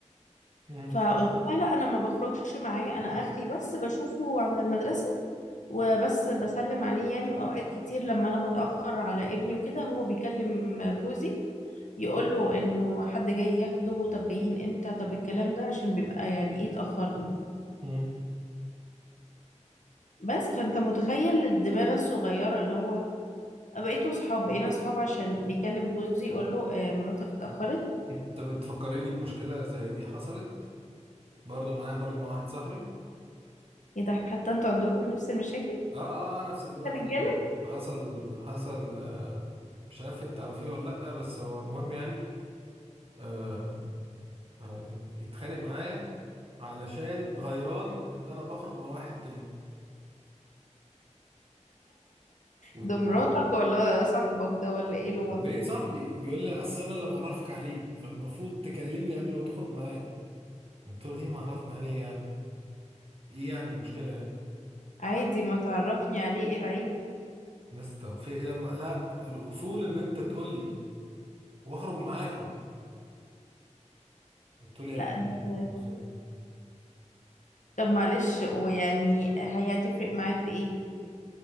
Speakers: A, on the right; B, on the left.
A: مهم.
B: فقلت لها لا انا ما بخرجش معاه انا اخري بس بشوفه عند المدرسة وبس بسلم عليه يعني واوقات كتير لما انا بتأخر على ابني وكده هو بيكلم جوزي يقول له انه حد جاي ياخده طب جايين امتى طب الكلام ده عشان بيبقى يعني ايه اتأخرنا
A: مهم.
B: بس فانت متخيل الدماغ الصغيرة اللي هو أه بقيتوا صحاب بقينا صحاب عشان بيكلم جوزي يقول له آه مراتك اتأخرت
A: انت بتفكريني بمشكلة زي دي حصلت برضو معايا برضو مع واحد صاحبي
B: ايه ده حتى انتوا عندكم نفس المشاكل
A: اه اه آه، نفس الدماغ
B: يا رجالة
A: انا دي حصل حصل آه مش عارف انت تعرفيه ولا لأ بس هو المهم يعني آه آه اتخانق معايا علشان غيران ان انا بخرج مع واحد تاني و-
B: ده مراتك ولا صاحبك ده ولا ايه الوضع
A: طب ليه صاحبي بيقول لي اصل انا اللي معرفك عليه فالمفروض تكلمني قبل ما تخرج معاه قلت له ايه معرفني عليه يعني ايه يعني المشكلة يعني
B: عادي ما تعرفني عليه ايه العيب
A: بس طب في ايه لما لا الاصول ان انت تقول لي واخرج معاكم قلت له
B: لا
A: يعني ايه
B: ده
A: بص-
B: طب معلش ويعني هي هتفرق معايا في ايه